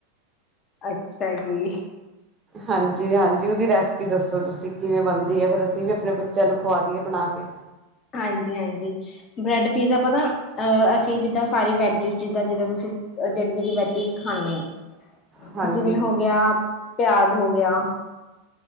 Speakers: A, on the left; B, on the right.
A: ਅੱਛਾ ਜੀ।
B: ਹਾਂਜੀ -ਹਾਂਜੀ ਉਹਦੀ ਰੈਸਪੀ ਦੱਸੋ ਤੁਸੀਂ ਕਿਵੇਂ ਬਣਦੀ ਹੈ ਫਿਰ ਅਸੀਂ ਵੀ ਆਪਣੇ ਬੱਚੇ ਬੱਚਿਆਂ ਨੂੰ ਖਵਾ ਦੀਈਏ ਬਣਾ ਕੇ।
A: ਹਾਂਜੀ- ਹਾਂਜੀ ਬ੍ਰੈਡ ਪੀਜ਼ਾ ਪਤਾ ਅਹ ਅਸੀਂ ਜਿੱਦਾਂ ਸਾਰੇ ਵੈਜਿਸ ਜਿੱਦਾਂ -ਜਿੱਦਾਂ ਤੁਸੀਂ ਜਿਹੜੀ -ਜਿਹੜੀ ਵੈਜਿਸ ਖਾਂਦੇ ਹੋ।
B: ਹਾਂਜੀ
A: ਜਿਵੇਂ ਹੋ ਗਿਆ ਪਿਆਜ ਹੋ ਗਿਆ।